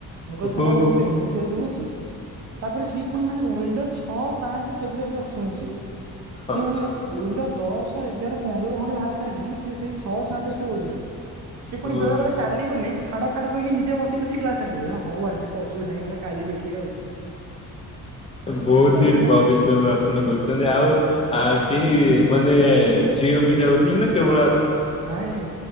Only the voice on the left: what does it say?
ଓହୋ
ହଁ
ଓହୋ
ବହୁତ ହି
ବରିଶ୍ରମ ଆପଣ କରୁଛନ୍ତି ଆଉ ଆ କେହି ମାନେ ଝିଅ ବି ଯାଉଥିଲେ ନା କେବଳ ଆ